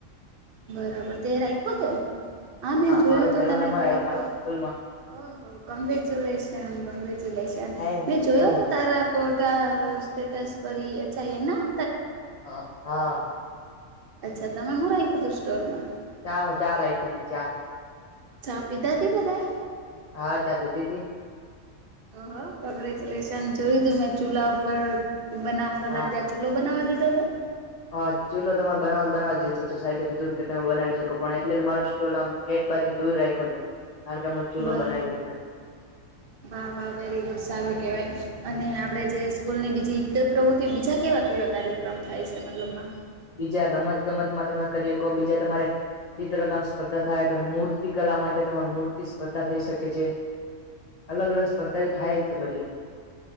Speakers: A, on the right; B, on the left.
A: બરાબર તે રાખ્યો, તો હા મેં જોયું
B: મારો
A: હતું,
B: પેલો
A: તને
B: નંબર
A: કઈક
B: આવ્યો હતો આખી સ્કૂલમાં
A: ઓહ કંગ્રેચ્યુલેશન કંગ્રેચ્યુલેશન
B: થેન્ક
A: મેં જોયો
B: યુ
A: હતો. તાર કોટા સ્ટેટસ છ, એના.
B: <unintelligible>
A: અચ્છા, તમે શું રાહી, કીધું સ્ટોલમાં.
B: ચા માં ચારાખી દી ચા.
A: ચ પી દાતી બધાય.
B: હા, ચા ભી દી હતી.
A: ઓહ, કોંગ્રેચ્યુલેશન જોયું તું, મે ચૂલા ઉપર બનાવતા
B: હા
A: ત ત્યાં. ચૂલો બનાવવા દીધો હતો.
B: હા, ચૂલો તમારે બનાવ બનાવા જતો તો, સાહેબે કીધુંર કે તમે બનાવી શકો, પણ એટલે તમારો સ્ટોલ આમ ગેટ બાજુ દૂર રાખ્યો કે, અમે ચૂલો
A: બર
B: બનાવી શકો છ.
A: વાહ, વાહ, વેરી ગુડ સારું કેહેવાય, અને આપડે જે સ્કૂલની બીજી ઈ પ્રવૃત્તિઓ બીજા કેવા. કેવા કાર્યક્રમ થાય છે, મતલબમાં
B: બીજા રમત-ગમતમાં તમે કરી શકો, બીજા તમારે. ચિત્રકામ સ્પર્ધા થાય, મૂર્તિ કલા માટે તમારી મૂર્તિ સ્પર્ધા થઈ શકે છે. અલગ-અલગ સ્પર્ધા એ થાય જ છે, બધે